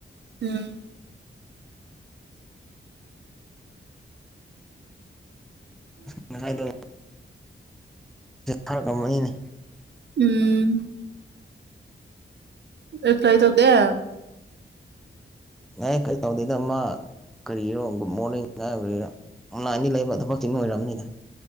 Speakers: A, on the right; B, in the centre.
A: ꯎꯝ
B: ꯉꯁꯥꯏꯗ ꯐꯔꯛꯑ ꯑꯃꯅꯤꯅꯤꯅꯦ
A: ꯎꯝ ꯑꯩ ꯐ꯭ꯂꯥꯏ ꯇꯧꯇ
B: ꯅ ꯀꯩ ꯇꯧꯅꯤꯗꯃ ꯀꯔꯤꯔꯣ ꯒꯨꯗ ꯃꯣꯔꯅꯤꯡ ꯉꯥꯏꯕꯔ ꯑꯣꯂꯥꯏꯟꯗꯤ ꯂꯩꯕ ꯊꯕꯛꯁꯤ ꯅ ꯑꯣꯏꯔꯕꯅꯤꯗ